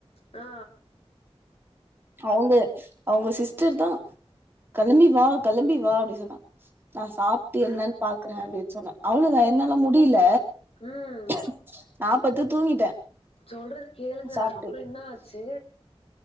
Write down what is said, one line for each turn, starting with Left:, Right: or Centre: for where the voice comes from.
Left: ஆ
Right: அவங்க அவங்க சிஸ்டர் தா கெளம்பி வா கெளம்பி வா அப்டி சொன்னா நா சாப்ட்டு என்னன்னு பாக்குறே அப்டினு சொன்னே அவளத என்னால முடில
Left: ம்
Right: அ நா பத்து தூங்கிட்டே
Left: சொல்றத கேளுங்க
Right: சாப்ட்டு
Left: அப்ற என்ன ஆச்சு